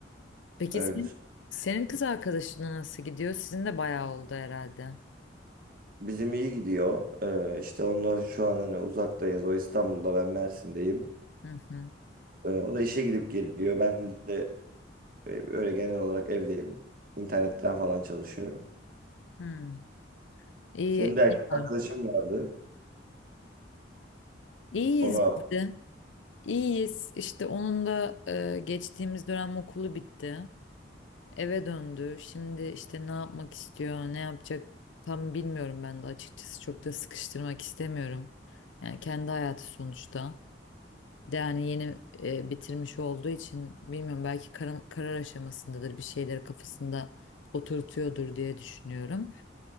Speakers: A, on the left (about 85°); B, on the right (about 50°).
A: Peki
B: Öyle.
A: senin, senin kız arkadaşına nasıl gidiyor? Sizin de bayağı oldu herhalde.
B: Bizim iyi gidiyor. E, işte onlar şu an hani uzaktayız. O İstanbul'da ben Mersin'deyim.
A: Hı hı.
B: Ee, O da işe gidip geliyor. Ben de e, öyle genel olarak evdeyim. İnternetten falan çalışıyorum.
A: Hmm. İyi,
B: Senin de erkek
A: iyi. var.
B: arkadaşın vardı.
A: İyiyiz
B: Onu ab-
A: biz de. İyiyiz. İşte onun da e, geçtiğimiz dönem okulu bitti. Eve döndü. Şimdi işte ne yapmak istiyor, ne yapacak tam bilmiyorum ben de açıkçası. Çok da sıkıştırmak istemiyorum. Yani kendi hayatı sonuçta. Bir de yani yeni e, bitirmiş olduğu için bilmiyorum belki karar, karar aşamasındadır. Bir şeyleri kafasında oturtuyordur diye düşünüyorum.